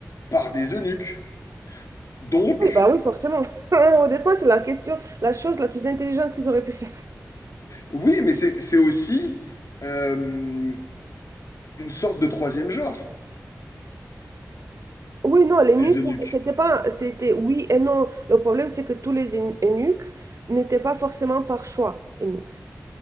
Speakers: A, on the left; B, on the right.
A: par des eunuques. Donc,
B: Oui, bah oui, forcément. <laughs> Honnêtement, c'est la question, la chose la plus intelligente qu'ils auraient pu faire.
A: oui, mais c'est c'est aussi euh, une sorte de troisième genre,
B: Oui, non, les
A: les
B: nuques,
A: eunuques.
B: c'était pas, c'était oui et non. Le problème, c'est que tous les eunuques eunuques n'étaient pas forcément par choix eunuques.